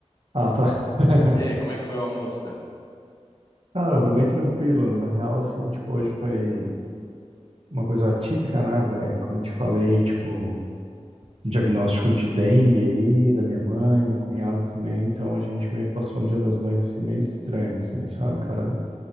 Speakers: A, on the right; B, on the left.
A: Ah, tá. <laughs>
B: E aí, como é que foi o almoço, cara?
A: Cara, foi bem tranquilo. Na real, assim, tipo, hoje foi uma coisa atípica, né, velho? Como eu te falei, tipo, um diagnóstico de dengue aí, da minha mãe, meu cunhado também. Então a gente meio que passou um Dia das Mães, assim, meio estranho, assim, sabe, cara?